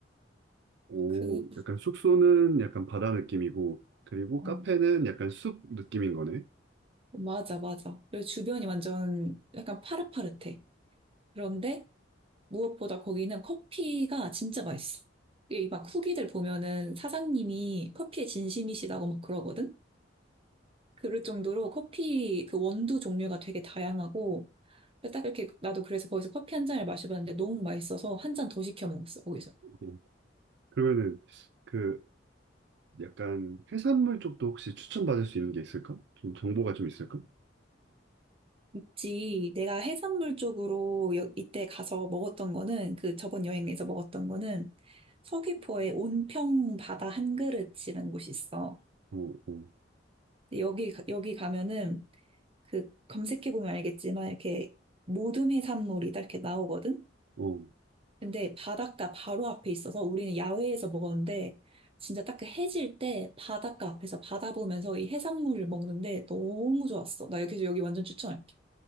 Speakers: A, on the right; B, on the right.
A: 오,
B: 그,
A: 약간 숙소는 약간 바다 느낌이고, 그리고
B: 어,
A: 카페는 약간 숲 느낌인 거네.
B: 맞아, 맞아. 그리고 주변이 완전 약간 파릇파릇해. 그런데 무엇보다 거기는 커피가 진짜 맛있어. 이 막 후기들 보면은 사장님이 커피에 진심이시다고 막 그러거든? 그럴 정도로 커피 그 원두 종류가 되게 다양하고, 딱 이렇게 나도 그래서 거기서 커피 한 잔을 마셔봤는데 너무 맛있어서 한 잔 더 시켜 먹었어, 거기서.
A: 오, 그러면은 그 약간 해산물 쪽도 혹시 추천받을 수 있는 게 있을까? 좀 정보가 좀 있을까?
B: 있지. 내가 해산물 쪽으로 여- 이때 가서 먹었던 거는 그 저번 여행에서 먹었던 거는 서귀포에 온평 바다 한 그릇이라는 곳이 있어.
A: 어, 어,
B: 근데 여기 가- 여기 가면은 그 검색해 보면 알겠지만 이렇게 모듬 해산물이 딱 이렇게 나오거든.
A: 어.
B: 근데 바닷가 바로 앞에 있어서 우리는 야외에서 먹었는데 진짜 딱 그 해질 때 바닷가 앞에서 바다 보면서 이 해산물을 먹는데 너무 좋았어. 나 여기서 여기 완전 추천할게.